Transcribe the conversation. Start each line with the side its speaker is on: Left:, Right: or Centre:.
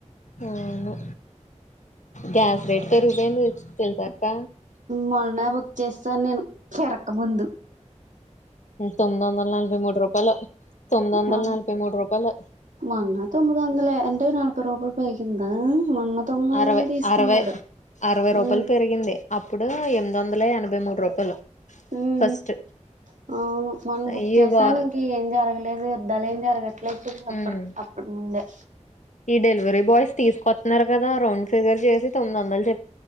Left: అవును గ్యాస్ రేట్ పెరుగుపోయింది తెలుసాక్క
Right: మొన్న బుక్ చేస్తాను నేను పెరక ముందు
Left: తొమ్మిది వందల నలభై మూడు రూపాయలు తొమ్మిది వందల
Right: మన్
Left: నలభై మూడు రూపాయలు
Right: మన్న తొమ్మిది వందలే ఎంతో నడ్ ప్రోబ పెరిగిందా మొన్న తొమ్మది
Left: అరవై
Right: వందలే అనే తీసుకున్నాడు
Left: అరవై అరవై రూపాయలు
Right: ఉమ్
Left: పెరిగింది అప్పుడు ఎనిమిది వందల ఎనభై మూడు రూపాయలు
Right: ఉమ్
Left: ఫస్ట్
Right: అవును మొన్న బుక్
Left: ఈ
Right: చేసాను
Left: వా
Right: ఇంక ఈ జరగలేదు యుద్ధాలు ఏం జరగట్లేదు అప్పటి
Left: ఉమ్
Right: అప్పటి ముందు దే
Left: ఈ డెలివరీ బాయ్స్ తీసుకొస్తున్నారు కదా రౌండ్ ఫిగర్ చేసి తొమ్మిది వందలు చెప్